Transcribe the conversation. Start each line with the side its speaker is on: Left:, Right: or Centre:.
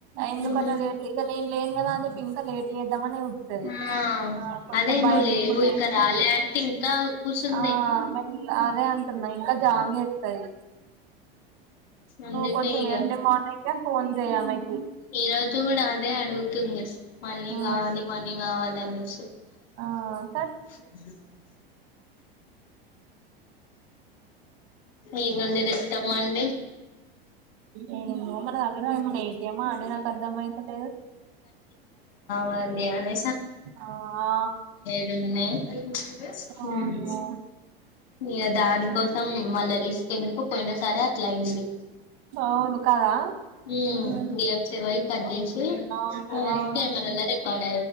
Right: ఎందుకంటే
Left: ఉమ్
Right: లేట్ ఇక నేను లేను కదా అని చెప్పి ఇంకా లేట్ పెడు తమనే చూత్తది
Left: ఆ
Right: ఆ కొత్త
Left: అదే
Right: భయం
Left: నువ్వు లేవు
Right: లేకుండా
Left: ఇంకా
Right: చేత్తది
Left: రాలే
Right: ఇగ
Left: అంటే ఇంకా కూసుందే
Right: ఆ మెట్ రన్ తున్నాయి ఇంకా జామ్ చేస్తాయి
Left: అందుకే
Right: నువ్ కొంచెం
Left: ఇగ
Right: ఎర్లీ మార్నింగె ఫోన్ చెయ్ ఆమెకి
Left: ఈ రోజు కూడా అదే అడుగు ఫోన్ చేసి మనీ
Right: ఆ
Left: కావాలి మనీ కావాలి అనేసి
Right: ఆ
Left: <inaudible>
Right: సార్
Left: ఏడ నుండి తెస్తాము అండి
Right: ఉ మన దగ్గర ఏండి ఏటీఎం మ అడి నాకు అర్ధం అయితలేదు
Left: వండి అమే
Right: ఆ
Left: ఎందిమే <unintelligible>
Right: వామ్మో
Left: ఇగ దానికోసం <unintelligible> మళ్ళ రిస్క్ ఎందుకు పోయినా సారే అట్లా అయింది
Right: అవును కదా
Left: ఉ
Right: ఉమ్
Left: దివెచ్చ బై పెద్ద్ ఏసి <unintelligible>
Right: అవును అవునండి
Left: కెమెరాలో రికార్డ్